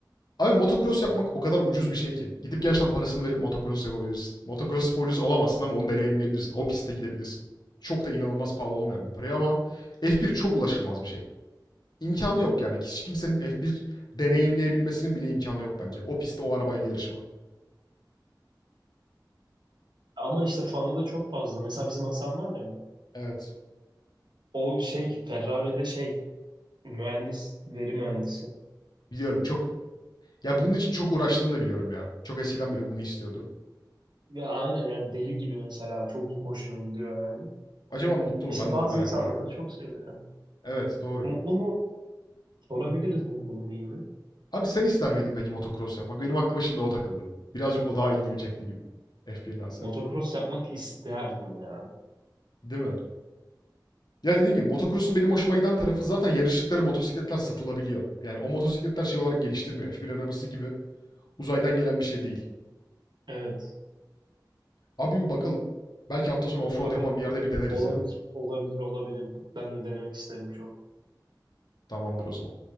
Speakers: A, on the left; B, on the right.
A: Abi motocross yapmak
B: Ha.
A: o kadar ucuz bir şey ki. Gidip gerçekten parasını verip motocross yapabilirsin. Motocross sporcusu olamazsın ama onu deneyimleyebilirsin. O pistte gidebilirsin. Çok da inanılmaz pahalı olmayan bir para ama F1 çok ulaşılmaz bir şey. İmkanı yok yani. Hiç kimsenin F1 deneyimleyebilmesinin bile imkanı yok bence. O pistte o arabayla yarışmanın.
B: Ama işte fanı da çok fazla. Mesela bizim Hasan var ya.
A: Evet.
B: O şey Ferrari'de şey mühendis, veri mühendisi.
A: Biliyorum çok... Ya bunun için çok uğraştığını da biliyorum ya. Çok eskiden beri bunu istiyordu.
B: Ya aynen yani deli gibi mesela çok iyi hoşuna gidiyor yani.
A: Acaba mutlu mu?
B: İşte
A: Ben
B: bazı
A: de onu merak
B: insanlar
A: ediyorum.
B: da çok seviyor.
A: Evet, doğru.
B: Mutlu mu? Sorabiliriz mutlu mu değil mi?
A: Abi sen ister miydin peki motocross yapmak? Benim aklıma şimdi o takıldı. Birazcık o daha ilgimi çekti gibi. F1'dense.
B: Motocross yapmak isterdim ya.
A: Değil mi? Ya dediğim gibi motocross'un benim hoşuma giden tarafı zaten yarıştıkları motosikletler satılabiliyor. Yani o motosikletler şey olarak geliştirmiyor. F1 arabası gibi uzaydan gelen bir şey değil.
B: Evet.
A: Abi bir bakalım. Belki hafta sonu offroad
B: Bakalım.
A: yapan bir yerde bir deneriz
B: Olabilir,
A: ya.
B: olabilir, olabilir. Ben de denemek isterim çok.
A: Tamamdır o zaman.